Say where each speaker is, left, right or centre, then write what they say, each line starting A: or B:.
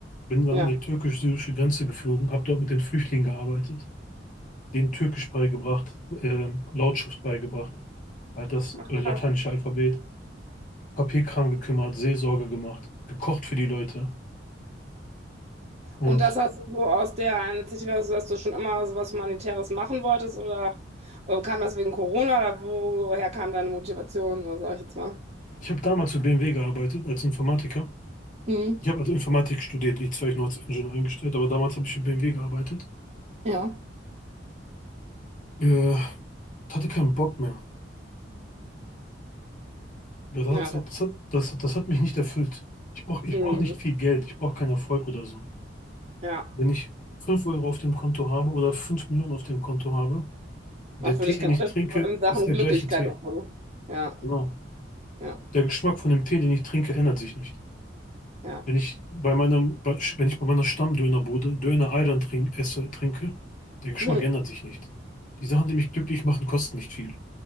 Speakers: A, on the left (about 45°); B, on the right (about 35°).
A: Bin dann
B: Ja.
A: an die türkisch-syrische Grenze geflogen, habe dort mit den Flüchtlingen gearbeitet, denen Türkisch beigebracht, ähm, Lautschrift beigebracht, halt das
B: Ach
A: äh,
B: krass.
A: lateinische Alphabet. Papierkram gekümmert, Seelsorge gemacht, gekocht für die Leute. Und
B: Und das hast du so aus der Initiative, also dass du schon immer so was Humanitäres machen wolltest oder äh, kam das wegen Corona oder woher kam deine Motivation, oder sag ich jetzt mal?
A: ich habe damals für BMW gearbeitet als Informatiker.
B: Mhm.
A: Ich habe also Informatik studiert, ich zwar ich nur als Ingenieur eingestellt, aber damals habe ich für BMW gearbeitet.
B: Ja.
A: Äh, hatte keinen Bock mehr. Das
B: Ja, kann
A: hat,
B: ich
A: das hat, das, hat- das hat mich nicht erfüllt. Ich brauche ich
B: verstehen.
A: brauch nicht
B: mhm.
A: viel Geld, ich brauche keinen Erfolg oder so.
B: Ja,
A: Wenn ich 5 Euro auf dem Konto habe oder 5 Millionen auf dem Konto habe, der
B: macht für
A: Tee,
B: dich
A: den
B: keinen
A: ich
B: Unterschied
A: trinke,
B: so in Sachen
A: ist der
B: Glücklichkeit
A: gleiche Tee.
B: und so. Ja,
A: Genau.
B: ja,
A: Der Geschmack von dem Tee, den ich trinke, ändert sich nicht.
B: ja.
A: Wenn ich bei meinem, bei, wenn ich bei meiner Stammdönerbude Döner Island trink, esse, trinke, der Geschmack
B: Hm.
A: ändert sich nicht. Die Sachen, die mich glücklich machen, kosten nicht viel.